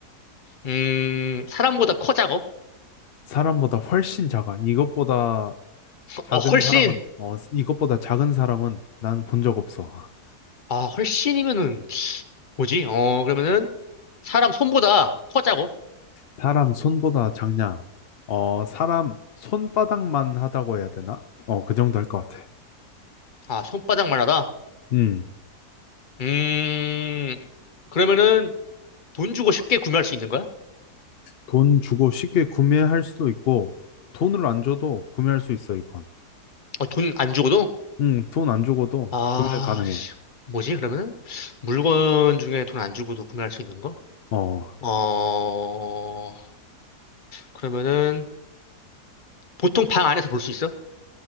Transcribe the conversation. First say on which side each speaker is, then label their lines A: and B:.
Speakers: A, on the left; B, on the left.
A: 음, 사람보다 커, 작어?
B: 사람보다 훨씬 작아. 이것보다 작은
A: 어, 훨씬!
B: 사람은, 어, 이것보다 작은 사람은 난 본 적 없어.
A: 아, 훨씬이면은, 뭐지? 어, 그러면은, 사람 손보다 커, 작어?
B: 사람 손보다 작냐? 어, 사람 손바닥만 하다고 해야 되나? 어, 그 정도 할 것 같아.
A: 아, 손바닥만 하다?
B: 음,
A: 음, 그러면은 돈 주고 쉽게 구매할 수 있는 거야?
B: 돈 주고 쉽게 구매할 수도 있고, 돈을 안 줘도 구매할 수 있어, 이건.
A: 어, 돈 안 주고도?
B: 음, 돈 안 주고도
A: 아,
B: 구매 가능해.
A: 씨, 뭐지, 그러면은? 물건 중에 돈 안 주고도 구매할 수 있는 거?
B: 어,
A: 어, 그러면은 보통 방 안에서 볼 수 있어?